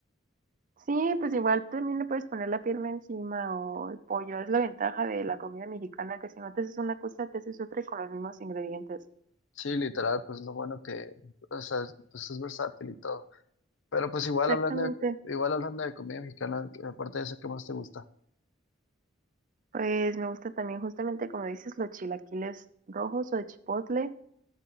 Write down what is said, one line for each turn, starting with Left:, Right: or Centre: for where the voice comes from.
Right: Sí, pues igual también le puedes poner la pierna encima o el pollo. Es la ventaja de la comida mexicana, que si no te haces una cosa, te haces otra y con los mismos ingredientes.
Left: Sí, literal, pues lo bueno que, o sea, pues es versátil y todo. Pero pues igual
Right: Exactamente.
Left: hablando de, igual hablando de comida mexicana, que aparte de eso, ¿qué más te gusta?
Right: Pues me gusta también justamente como dices los chilaquiles rojos o de chipotle.